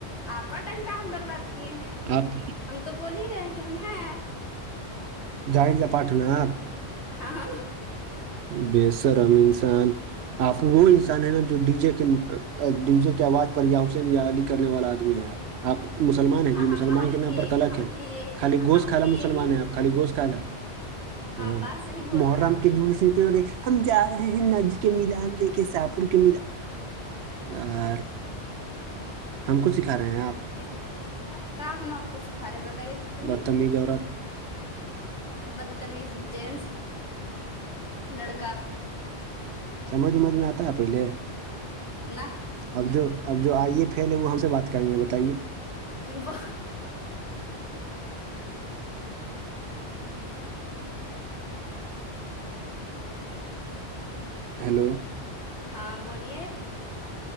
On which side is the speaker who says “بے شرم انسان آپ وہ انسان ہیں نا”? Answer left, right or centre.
Right